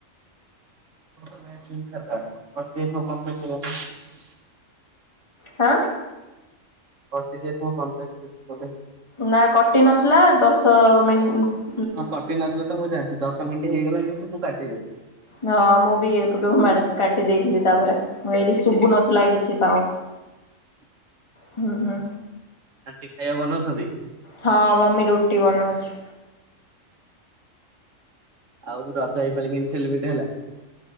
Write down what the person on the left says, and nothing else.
ହାଁ
ନା କଟି ନଥିଲା ଦଶଅ ମିନସ
ହଁ, ମୁଁ ବି ଏପଟୁ ମାଡି କାଟି ଦେଇଥିଲି ତାପରେ, ମୁଁ ଏଇଠି ଶୁଭୁ ନଥିଲା କିଛି ସାଉଣ୍ଡ।
ହୁଁ ହୁଁ।
ହଁ ମମି ରୁଟି ବନଉଛି।